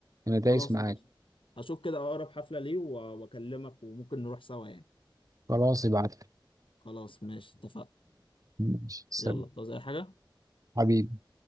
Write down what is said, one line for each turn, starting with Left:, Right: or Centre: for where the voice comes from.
Right: انا دايس
Left: خلاص
Right: معاك
Left: ماشي هشوف كده اقرب حفلة ليه و- واكلمك وممكن نروح سوا يعني
Right: خلاص ابعت لك
Left: خلاص ماشي اتفقنا
Right: ماشي سلام
Left: يلا عاوز اي حاجة
Right: حبيبي